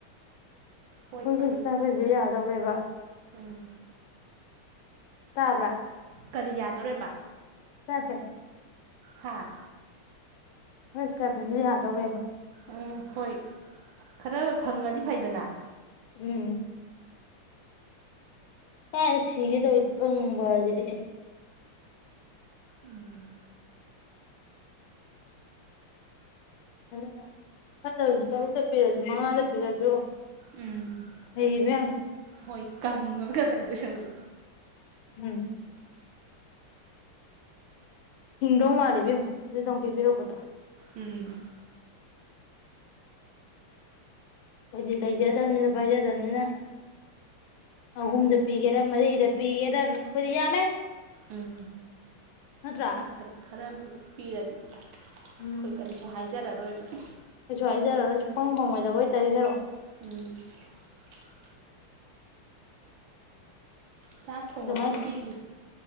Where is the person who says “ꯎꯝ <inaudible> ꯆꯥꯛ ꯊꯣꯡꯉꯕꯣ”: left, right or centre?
Right